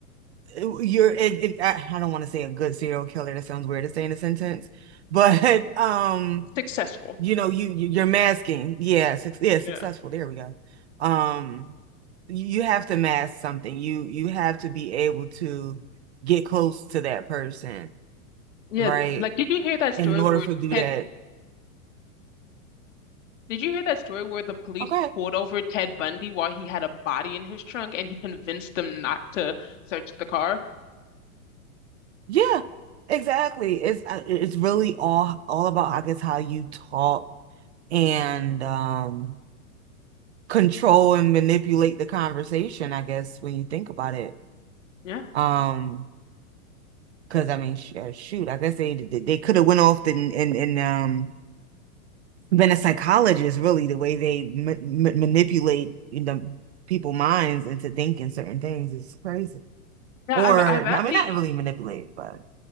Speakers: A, on the right; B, on the left.
A: uh, you're it, it, I, I don't want to say a good serial killer that sounds weird to say in a sentence but <laughs> um
B: Successful.
A: you know you you- you're masking yeah suc yeah
B: Yeah.
A: successful there we go um you have to mask something you you have to be able to get close to that person
B: Yeah.
A: right
B: Like, did you hear that story
A: and in order
B: where
A: for do
B: Ted?
A: that
B: Did you hear that story where the police
A: okay
B: pulled over Ted Bundy while he had a body in his trunk and he convinced them not to search the car?
A: Yeah, exactly. It's uh, it's really all all about, I guess, how you talk and um control and manipulate the conversation, I guess, when you think about it.
B: Yeah.
A: Um, because I mean, sh uh, shoot, I guess they they could have went off and and and um been a psychologist really the way they ma ma manipulate you know people minds into thinking certain things is crazy.
B: Yeah,
A: Or
B: I've I've actually
A: I mean, not really manipulate, but